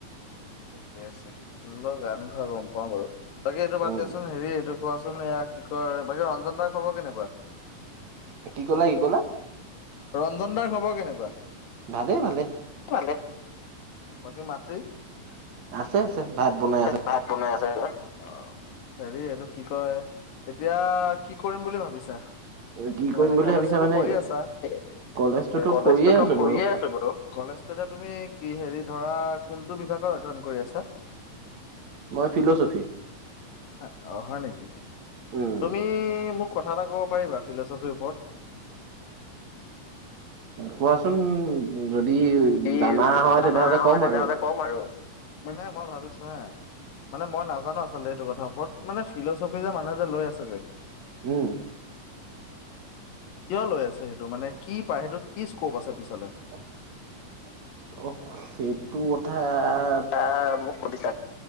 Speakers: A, on the left; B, on the right.
A: ঠিকে আছে সুন্দৰ গান ভাল গম পাওঁ বাৰু বাকী এইটো বাদ
B: উম
A: দিয়াচোন হেৰি এইটো কোৱাচোন য়া কি কয় বাকী ৰঞ্জন দাৰ খবৰ কেনেকুৱা।
B: কি ক'লা ই ক'লা?
A: ৰঞ্জন দাৰ খবৰ কেনেকুৱা।
B: ভালে ভালে।
A: ভালেই। বাকী মাতৃ
B: আছে আছে ভাত বনাই আছে।
A: ভাত বনাই আছে ৰবা অ অ অ হেৰি এইটো কি কয় এতিয়া কি কৰিম বুলি ভাবিছা?
B: কি কৰিম
A: মানে
B: বুলি
A: কলেজটোতো
B: ভাবিছা মানে
A: কৰি আছা তে এ এ এ,
B: কলেজটোতো
A: উম কলেজটোতো
B: কৰিয়ে আছো
A: কৰিয়েই
B: বাৰু
A: আছো বাৰু। কলেজটোতে তুমি কি হেৰি ধৰা কোনটো বিভাগত অধ্যয়ন কৰি আছা।
B: মই ফিলোচফি।
A: আহ অ হয় নেকি।
B: উম
A: তুমি ইইইই মোক কথা এটা ক'ব পাৰিবা ফিলোচফিৰ ওপৰত।
B: কোৱাচোন ওওওও যদি
A: কি
B: জানা হয়
A: জানা
B: তেনেহ'লে ক'ম
A: হয় তেনেহ'লে
B: আৰু
A: কম আৰু মানে মই ভাবিছো হা। মানে মই নাজানো আচলতে সেইটো কথাৰ ওপৰত মানে ফিলোচফি যে মানুহে যে লৈ আছে যে
B: উম উ উ
A: কিয় লৈ আছে সেইটো মানে কি পায় সেইটোত কি স্কোপ আছে পিছলে।
B: অ অ চিৰি অহ সিইই সেইটো বত ধা আ আ আ
A: আ আ আ মোক সুধিছা